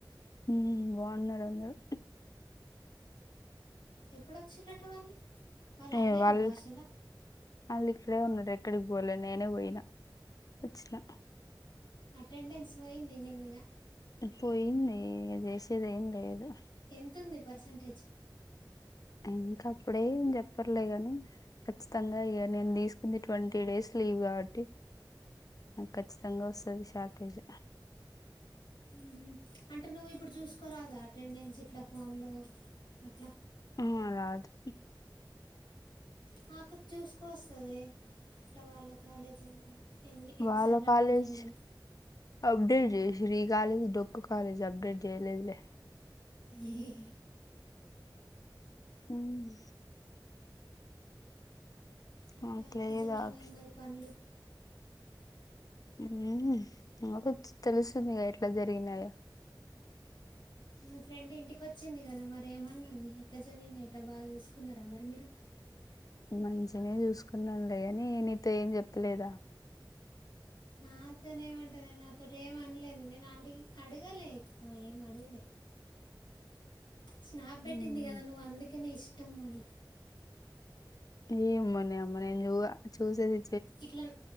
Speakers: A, on the left; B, on the left.
A: మ్మ్ బాగున్నరు అందరూ
B: ఎప్పుడోచ్చిరట వాళ్ళు వాళ్ళు
A: ఏ
B: అన్నే
A: వాళ్
B: ఉన్నారు హాస్టల్లో
A: వాళ్ళు ఇక్కడే ఉన్నరు ఎక్కడికి పోలే, నేనే పోయినా వచ్చినా
B: అటెండెన్స్ పోయింది నీది ఇగా
A: పోయినయ్ ఇగ జసేదేమ్ లేదు
B: ఎంతుంది పర్సంటేజ్
A: ఇంకా అప్పుడేం చెప్పర్లే గాని ఖచ్చితంగా ఇగా నేన్ తీసుకుంది ట్వంటీ డేస్ లీవ్ కాబట్టి నాకు ఖచ్చితంగా వస్తాది షార్టేజ్
B: మ్మ్ అంటే నువ్వు ఇప్పుడు చూసుకోరాదా అటెండెన్స్ ఇట్లా ఫోన్లో అట్లా
A: ఆ రాదు
B: మా అక్కకి చూసుకో వస్తాదే ఇట్లా వాళ్ళ కాలేజ్ ఎన్ని ఎన్నిసార్లు
A: వాళ్ళ
B: అటెండ్
A: కాలేజ్
B: అయిందని
A: అబ్డేటెడ్ జ్రీ కాలేజ్ డొక్కు కాలేజ్ అప్డేట్ చేయలేదులే
B: ఏ
A: మ్మ్
B: ఇంకా
A: నాకు
B: ఎట్లా
A: లేదు
B: జరిగినయ్
A: ఆప్షన్
B: మరి పనులు
A: మ్మ్ నాకు తెలుస్తుంది గా ఎట్లా జరిగినాయో
B: మీ ఫ్రెండ్ ఇంటికి వచ్చింది కదా మరి ఏమన్నది ఎట్లా జరిగినయ్ ఆటా బాగా చూసుకున్నారా మరి మీరు
A: మంచిగనే చూసుకున్నాంలే గాని నీతో ఏం చెప్పలేదా
B: నాతోనేమ్ మంటాది నాతోటి ఏం అనలేదు నేను అడి అడగలే ఏం అడగలే
A: <inaudible>
B: స్నాప్ పేట్టింది
A: ఉమ్.
B: కదా నువ్వు అందుకనే ఇష్టం అని
A: ఏయ అమ్మనే అమ్మనే ఓ చూసేది
B: ఇట్లా